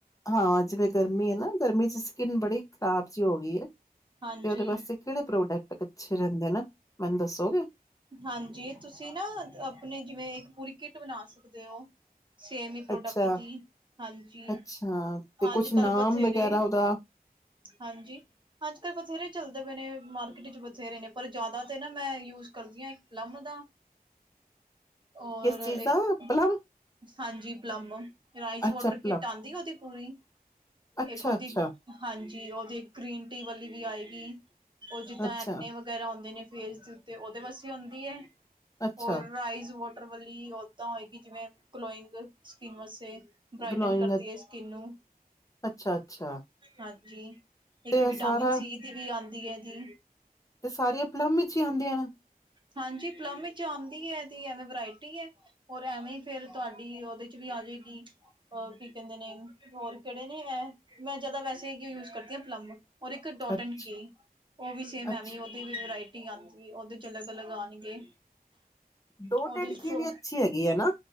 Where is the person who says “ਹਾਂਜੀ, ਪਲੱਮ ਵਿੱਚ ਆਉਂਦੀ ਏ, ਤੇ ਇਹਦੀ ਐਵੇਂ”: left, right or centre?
Right